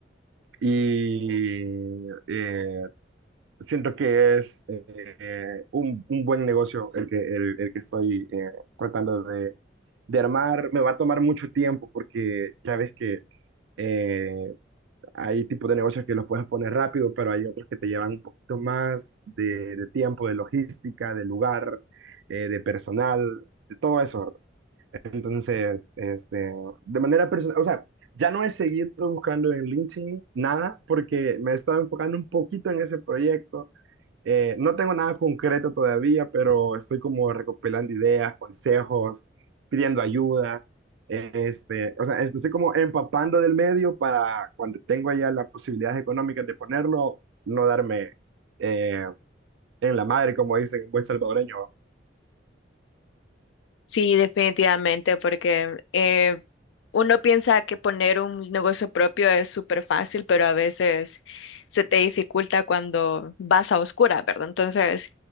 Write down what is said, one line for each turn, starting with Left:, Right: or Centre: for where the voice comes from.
Right: y eh, siento que es eh, un, un buen negocio el que, el, el que estoy eh, tratando de, de armar. Me va a tomar mucho tiempo porque ya ves que eh, hay tipos de negocios que los puedes poner rápido, pero hay otros que te llevan un poquito más de, de tiempo, de logística, de lugar, eh, de personal de todo eso, Entonces, este, de manera personal, o sea, ya no he seguido buscando en LinkedIn nada porque me he estado enfocando un poquito en ese proyecto. Eh, no tengo nada concreto todavía, pero estoy como recopilando ideas, consejos, pidiendo ayuda. Eh, Este, o sea, estoy como empapando del medio para cuando tengo ya las posibilidades económicas de ponerlo, no darme eh, en la madre, como dicen en buen salvadoreño.
Left: Sí, definitivamente, porque eh, uno piensa que poner un negocio propio es súper fácil, pero a veces se te dificulta cuando vas a oscura, ¿verdad? Entonces,